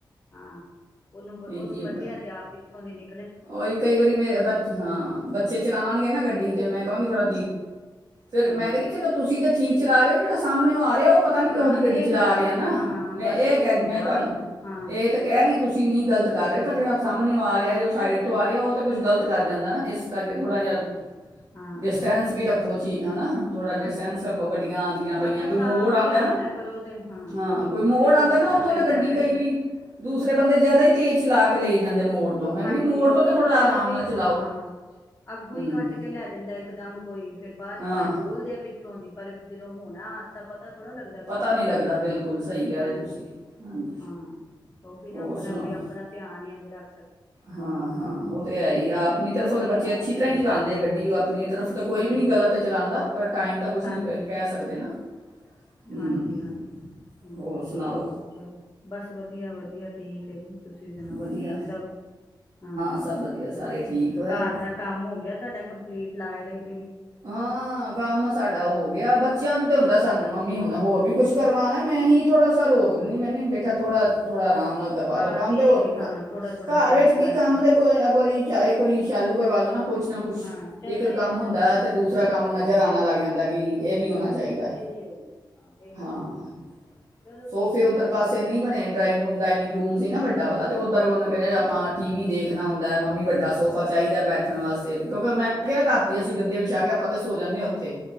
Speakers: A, on the left (about 25°); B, on the right (about 50°).
A: ਹਾਂ ਉਹਨੂੰ ਉਹਨੂੰ
B: ਇੰਜ ਹੀ
A: ਕੱਢਿਆ
B: ਹੁੰਦਾ
A: ਤੇ ਆਪ ਪਿੱਛੋਂ ਦੀ ਨ
B: ਉਹੀ ਕਈ ਵਾਰੀ ਮੇਰੇ ਬੱਚ, ਹਾਂ, ਬੱਚੇ ਚਲਾਣਗੇ ਨਾ ਗੱਡੀ ਤੇ ਮੈਂ ਕਹਾਂਗੀ ਥੋੜਾ ਫਿਰ
A: ਹਾਂ
B: ਮੈਂ ਕਹਿੰਦੀ, ਚਲੋ ਤੁਸੀਂ ਤੇ ਠੀਕ ਚਲਾ ਰਹੇ ਹੋ ਜਿਹੜਾ ਸਾਹਮਣੇ ਆ ਰਿਹਾ, ਉਹ ਪਤਾ ਨੀ ਕਿਹੋ
A: ਹਾਂ
B: ਜਿਹੀ ਗੱਡੀ
A: ਇਹੀ
B: ਚਲਾ
A: ਹੁੰਦਾ
B: ਰਿਹਾ ਨਾ।
A: ਹਾਂ
B: ਮੈਂ
A: ਬਸ
B: ਇਹ
A: ਇਹੀ
B: ਕਹਿ ਰਹੀ
A: ਹੁੰਦਾ
B: ਮੈਂ ਤੁਹਾਨੂੰ,
A: ਆਪ ਹਾਂ
B: ਇਹ ਤੇ ਕਹਿ ਰਹੀ ਹਾਂ, ਤੁਸੀਂ ਨੀ ਗਲਤ ਕਰ
A: ਹਮ
B: ਰਹੇ ਪਰ ਜਿਹੜਾ
A: ਦੂਸਰੇ
B: ਸਾਹਮਣੇ ਆ
A: ਬੰਦੇ
B: ਰਿਹਾ
A: ਦਾ
B: ਜ
A: ਨੀ ਨਾ
B: ਸਾਈਡ
A: ਪਤਾ
B: ਤੋਂ
A: ਬਈ
B: ਆ ਰਿਹਾ ਉਹ
A: ਕਿਸ
B: ਤਾਂ
A: ਤਰ੍ਹਾਂ
B: ਕੁਛ ਗਲਤ
A: ਦਾ
B: ਕਰ ਜਾਂਦਾ
A: ਹਾਂ
B: ਨਾ ਅਤੇ ਇਸ ਕਰਕੇ ਥੋੜ੍ਹਾ ਜਿਹਾ,
A: ਹਾਂਜੀ ਹਾਂ
B: ਡਿਸਟੈਂਸ
A: ਇਹੀ
B: ਵੀ ਰੱਖੋ
A: ਹੈ ਬਸ
B: ਚੀ ਨ ਨਾ। ਥੋੜ੍ਹਾ ਡਿਸਟੈਂਸ
A: ਹਾਂਜੀ
B: ਰੱਖੋ
A: ਹਾਂ
B: ਗੱਡੀਆਂ ਆਉਂਦੀਆਂ ਪਈਆਂ
A: ਆ ਬਸ
B: ਕੋਈ ਮੋੜ
A: ਆਪ
B: ਆਂਦੈ
A: ਧਿਆਨ
B: ਨਾ,
A: ਕਰੋ ਤੇ
B: ਹਾਂ,
A: ਕਿਉਂਕਿ
B: ਕੋਈ
A: ਦੂਸਰੇ
B: ਮੋੜ
A: ਕੋਲ
B: ਆਂਦੈ
A: ਬਚਣਾ
B: ਨਾ ਓਥੋਂ
A: ਪੈਂਦਾ
B: ਤਾਂ ਗੱਡੀ
A: ਭਾਈ
B: ਕਈ ਵਾਰੀ ਦੂਸਰੇ ਬੰਦੇ ਜਿਆਦਾ ਈ ਤੇਜ਼ ਚਲਾ ਕੇ ਲੇ ਜਾਂਦੇ ਮੋੜ ਤੋਂ ਮੈਂ ਕਹਿੰਦੀ
A: ਜੀ
B: ਮੋੜ
A: ਉਹੀ
B: ਤੋਂ ਤਾਂ ਥੋੜਾ
A: ਨਾ ਕਿਸੇ
B: ਆਰਾਮ
A: ਲੇ ਕੋਈ
B: ਨਾਲ ਚਲਾਓ
A: ਹਾਂ ਅੱਗੋਂ
B: ਹੂੰ
A: ਹੀ ਕੱਟ ਕੇ ਲੈ ਜਾਂਦਾ ਇੱਕ ਦਮ ਕੋਈ ਫੇਰ ਬਾਅਦ ਚ
B: ਹਾਂ
A: ਭਾਇਂ ਬੋਲਦੇ ਆ ਪਿੱਛੋਂ ਦੀ ਪਰ ਜਦੋਂ ਹੋਣਾ ਅੱਛਾ ਪਤਾ ਥੋੜ੍ਹਾ ਲੱਗਦਾ ਕੁਛ।
B: ਪਤਾ ਨਹੀਂ ਲੱਗਦਾ ਬਿਲਕੁਲ
A: ਹਾਂ,
B: ਸਹੀ ਕਹਿ
A: ਹਾਂਜੀ,
B: ਰਹੇ ਤੁਸੀਂ ਹਾਂਜੀ
A: ਹਾਂ ਉਹ ਵੀ ਨਾ
B: ਹੋਰ
A: ਆਪਣਾ
B: ਸੁਣਾਓ
A: ਬਈ ਆਪਣਾ ਧਿਆਨ ਹੀ ਆ ਜਿਹੜਾ-
B: ਹਾਂ ਹਾਂ, ਉਹ ਤਾਂ ਹੈ ਹੀ ਆ, ਆਪਣੀ
A: ਪ੍ਰੀਕੋਸ਼ਨ
B: ਤਰਫੋਂ ਤਾਂ ਬੱਚੇ
A: ਆਪ
B: ਅੱਛੀ ਤਰ੍ਹਾਂ
A: ਕਰੋ
B: ਹੀ ਚਲਾਂਦੇ
A: ਹਾਂ
B: ਗੱਡੀ, ਉਹ ਆਪਣੀ ਤਰਫ ਤਾਂ ਕੋਈ
A: ਹਾਂਜੀ
B: ਵੀ ਨਹੀਂ ਗਲਤ ਚਲਾਂਦਾ ਪਰ ਟਾਈਮ ਦਾ ਕੁਛ
A: ਹਾਂਜੀ
B: ਨਹੀਂ ਕਹਿ ਸਕਦੇ ਨਾ। ਹੂੰ
A: ਹਾਂਜੀ ਹਾਂਜੀ ਹਮ
B: ਹੋਰ ਸੁਣਾਓ
A: ਚੱਲ ਬਸ ਵਧੀਆ ਵਧੀਆ ਠੀਕ ਹੈ ਜੀ, ਤੁਸੀਂ ਸੁਣਾਓ,
B: ਵਧੀਆ
A: ਠੀਕ ਸਭ? ਹਾਂ
B: ਸਭ ਵਧੀਆ
A: ਚਲੋ
B: ਸਾਰੇ ਠੀਕ ਹੋਇਆ
A: ਘਰ ਦਾ ਕੰਮ ਹੋ ਗਿਆ। ਸਾਡਾ ਕੰਪਲੀਟ ਲਾਏ ਰੇ
B: ਹਾਂ ਕੰਮ ਸਾਡਾ ਹੋ ਗਿਆ ਬੱਚਿਆਂ ਨੂੰ ਤੇ ਹੁੰਦਾ ਸਾਨੂੰ
A: ਅੱਛਾ
B: ਮੰਮੀ ਹੁਣ ਹੋਰ ਵੀ ਕੁਛ ਕਰਵਾਉਣਾ, ਮੈਂ ਹੀ ਥੋੜਾ ਸਾ ਰੋਕ ਦਿੰਦੀ ਮੈਂ <unintelligible> ਬੇਟਾ ਥੋੜਾ ਥੋੜ੍ਹਾ ਆਰਾਮ ਨਾਲ ਕਰਵਾ
A: ਹਾਂ
B: ਲਉ ਕੰਮ
A: ਠੀਕ
B: ਅਤੇ ਹੋਰ
A: ਹੈ ਹਾਂ ਥੋੜਾ ਥੋੜਾ
B: ਘਰ
A: ਬ੍ਰੇਕ
B: ਵਿੱਚ ਕੀ
A: ਕਰਕੇ
B: ਕੰਮ ਤਾਂ ਕੋਈ ਇੱਕ ਵਾਰੀ ਇੱਕ ਵਾਰੀ ਸ਼ਾਲੂ ਕਰਵਾ ਲਉ ਨਾ ਕੁਛ ਨਾ ਕੁਛ
A: ਹਾਂ ਚੱਲਦਾ
B: ਇੱਕ ਕੰਮ
A: ਹੀ ਰਹਿੰਦਾ
B: ਹੁੰਦਾ
A: ਫਿਰ ਕੋਈ
B: ਤੇ ਦੂਸਰਾ
A: ਨਾ ਕੋਈ ਹਾਂ
B: ਕੰਮ ਨਜਰ ਆਣਾ ਲੱਗ ਜਾਂਦੈ ਕਿ, ਏ
A: ਹਾਂਜੀ
B: ਵੀ ਹੋਣਾ ਚਾਈਦਾ
A: ਹਾਂ ਇਹੀ
B: ਐ
A: ਹੁੰਦਾ ਹਾਂ ਇਹੀ
B: ਹਾਂ।
A: ਹੈ ਹਾਂ ਚਲੋ
B: ਸੋਫੇ
A: ਠੀਕ
B: ਓਦਰ
A: ਹੈ
B: ਪਾਸੇ
A: ਹਾਂਜੀ
B: ਨਈ ਬਣੇ ਡਰਾਇੰਗ ਰੂਮ ਡਾਇਨਿੰਗ ਰੂਮ
A: ਹਾਂਜੀ
B: ਸੀ ਨਾ ਵੱਡਾ ਵਾਲਾ, ਤੇ ਓਧਰ ਓਨੂੰ
A: ਹਾਂ
B: ਕੈੰਦੇ ਆਪਾਂ,
A: ਮੈਂ ਦੇਖਿਆ
B: ਟੀ ਵੀ
A: ਸੀ
B: ਦੇਖਣਾ ਹੁੰਦਾ ਏ, ਮੰਮੀ ਵੱਡਾ
A: ਹਾਂ
B: ਸੋਫਾ ਚਾਹੀਦਾ ਏ ਬੈਠਣ ਵਾਸਤੇ ਕਿਓੰ ਕਿ ਮੈਂ
A: ਹਾਂਜੀ
B: ਕਿਹਾ ਰਾਤੀ ਅਸੀ ਗ ਛਾਗਿਆਪਾਂ ਤੇ ਸੋਜਾਨਿਆ ਓੱਥੇ,